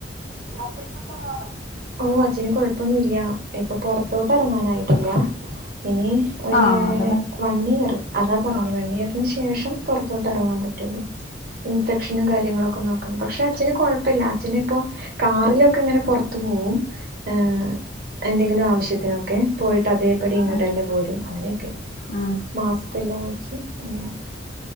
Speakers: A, on the right; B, on the left.
A: അച്ഛനിപ്പോ സുഗാണോ ഓഹ് അച്ഛന് കൊഴപ്പൊന്നുല്യാ ഇപ്പൊ പൊറത്തോട്ട് എറങ്ങാനായിട്ടില്ല ഇനി ഒര്
B: ആഹ് അത് പ
A: വൺ ഇയർ അതാ പറഞ്ഞു വൺ ഇയറിന് ശേഷം പൊറത്തോട്ട് ഇറങ്ങാൻ പറ്റുന്ന് ഇൻഫെക്ഷനും കാര്യങ്ങളൊക്കെ നോക്കണം പക്ഷെ അച്ഛന് കൊഴപ്പല്ല അച്ഛന് ഇപ്പോ കാറിലൊക്കെ ഇങ്ങനെ പുറത്തു പോകും ആഹ് എന്തെങ്കിലും ആവശ്യത്തിനൊക്കെ പോയിട്ട് അതേ പടി ഇങ്ങട്ടന്നെ
B: ഉം
A: പോരും അങ്ങനെക്കെ
B: ഉം
A: മാസ്കെല്ലാം വച്ച് അങ്ങനെ